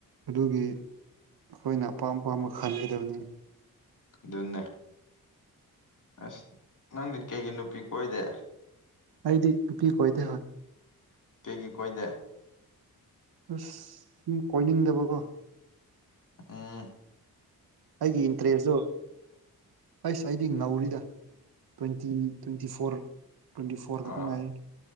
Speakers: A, on the right (about 80°); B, on the left (about 55°).
A: ꯑꯗꯨꯒꯤ ꯑꯩꯈꯣꯏꯅ ꯑꯄꯥꯝ ꯑꯄꯥꯝꯕ ꯈꯟꯒꯗꯕꯅꯤ
B: ꯑꯗꯨꯟꯅ ꯑꯁ ꯅꯪꯗꯤ ꯀꯩꯒꯤ ꯅꯨꯄꯤ ꯀꯣꯏꯗꯦ
A: ꯑꯩꯗꯤ ꯅꯨꯄꯤ ꯀꯣꯏꯗꯦ ꯍꯥꯏ
B: ꯀꯦꯒꯤ ꯀꯣꯏꯗꯦ
A: ꯑ ꯎ ꯀꯣꯏꯅꯤꯡꯗꯕ ꯀꯣ
B: ꯑꯥ
A: ꯑꯩꯒꯤ ꯏꯟꯇꯔꯦꯁꯇꯨ ꯑꯩꯁ ꯑꯩꯗꯤ ꯉꯧꯔꯤꯗ ꯇ꯭ꯋꯦꯟꯇꯤ ꯇ꯭ꯋꯦꯟꯇꯤ ꯐꯣꯔ ꯭ꯋꯦꯟ ꯐꯣꯔꯔ
B: ꯑꯥ
A: ꯀꯇ ꯉꯥꯏꯜ